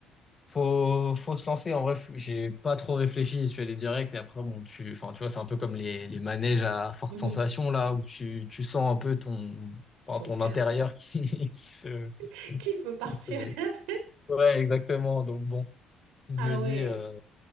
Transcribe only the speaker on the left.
Faut, faut se lancer. En vrai, faut- j'ai pas trop réfléchi. Je suis allé direct. Et après, bon, tu, enfin, tu vois, c'est un peu comme les, les manèges à forte
sensation, là, où tu, tu sens un peu ton, enfin,
ton
intérieur qui, <laughs> qui se,
qui se-
Ouais, exactement. Donc, bon, je
me
dis, euh,